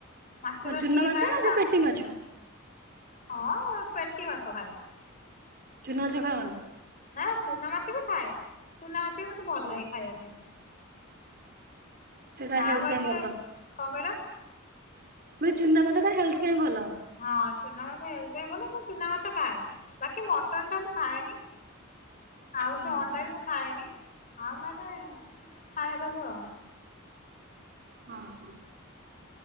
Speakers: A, on the left (about 40°); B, on the right (about 45°).
A: ମାଛ
B: କଣ
A: ଚାଷ
B: ଚୁନା
A: ଟିକେ
B: ମାଛ
A: ଖାଏ
B: ନା
A: ତା
B: ଯୋଉ ପେଟି ମାଛ?
A: ହଁ ପେଟି ମାଛ ଖାଏ।
B: ଚୁନା ମାଛ ଖାଅନି?
A: ହାଁ ଚୁନା ମାଛ ବି ଖାଏ ଚୁନା ମାଛ ବି ମତେ ଭଲ
B: ହଁ
A: ଲାଗେ ଖାଇବା ପାଇଁ।
B: ସେଟା
A: ଆଉ
B: ହେଲଥ
A: ବାକି
B: ପାଇଁ
A: ର
B: ଭଲ।
A: କଣ କହିଲ
B: ଚୁନା ମାଛ ଟା ହେଲଥ୍ ପାଇଁ ଭଲ।
A: ହଁ ସେମାନେ ଏନଜୟ କଲେ ମୁଁ ଚୁନା ମାଛ ଖାଏ ବାକି ମଟନ ଟା ମୁଁ ଖାଏନି। ଆଉ
B: ହୁଁ
A: ସେ ଅଣ୍ଡା
B: ହୁଁ
A: ବି ମୁଁ ଖାଏନି ଆଉ ନ ହେଲେ ଖାଏ ସବୁ ଆଉ।
B: ହଁ ହଁ।